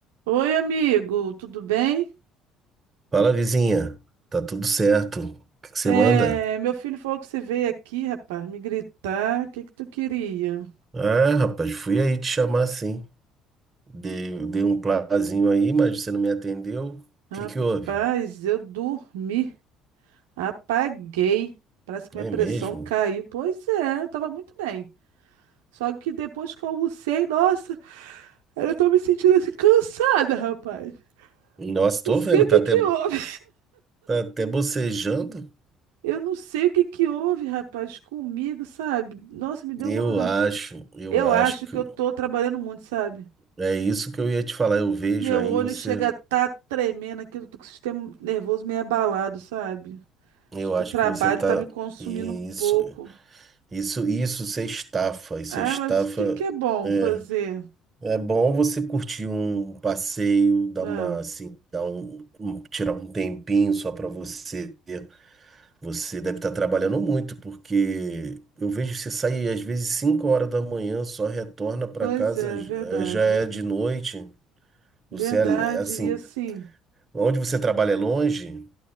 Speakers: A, on the right; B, on the right.
A: Oi, amigo, tudo bem?
B: Fala, vizinha. Tá tudo certo. O que que você
A: É,
B: manda?
A: meu filho falou que você veio aqui, rapaz, me gritar. O que que tu queria?
B: Ah, rapaz, fui aí te chamar sim. Dei, dei um plazinho aí, mas você não me atendeu. O
A: Rapaz,
B: que que houve?
A: eu dormi, apaguei. Parece que minha
B: É
A: pressão
B: mesmo?
A: caiu. Pois é, eu tava muito bem. Só que depois que eu almocei, nossa, eu tô me sentindo assim cansada, rapaz.
B: Nossa,
A: Não
B: tô
A: sei
B: vendo,
A: o que
B: tá até,
A: que houve.
B: tá até bocejando.
A: Eu não sei o que que houve, rapaz, comigo, sabe? Nossa, me deu
B: Eu
A: uma.
B: acho, eu
A: Eu
B: acho
A: acho
B: que
A: que eu tô trabalhando muito, sabe?
B: é isso que eu ia te falar. Eu vejo
A: Meu
B: aí
A: olho
B: você,
A: chega a tá tremendo aqui, eu tô com o sistema nervoso meio abalado, sabe?
B: eu
A: Acho que
B: acho
A: o trabalho
B: que você tá
A: tá me consumindo
B: isso,
A: um pouco.
B: isso, isso, isso é estafa, isso
A: É,
B: é estafa.
A: mas o que que é bom
B: é,
A: fazer?
B: É bom você curtir um passeio, dar
A: Não.
B: uma assim, dar um, um- tirar um tempinho só para você. Você deve estar trabalhando muito, porque eu vejo você sair às vezes 5 horas da manhã, só retorna para
A: Pois
B: casa,
A: é, verdade,
B: eh, já é
A: ver-
B: de noite.
A: verdade.
B: Você é assim,
A: E assim,
B: onde você trabalha é longe,